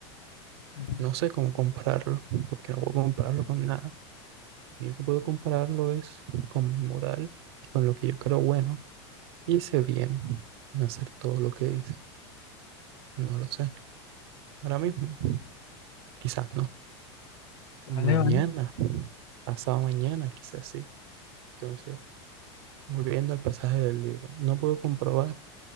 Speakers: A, on the left; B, on the right.
A: ujú.
B: No sé cómo compararlo, porque no puedo compararlo con nada. Lo único que puedo compararlo es con mi moral y con lo que yo creo bueno Hice bien en hacer todo lo que hice. No lo sé. Ahora mismo, quizás no.
A: Vale,
B: Mañana,
A: vale.
B: pasado mañana, quizás sí. Entonces, volviendo al pasaje del libro, no puedo comprobar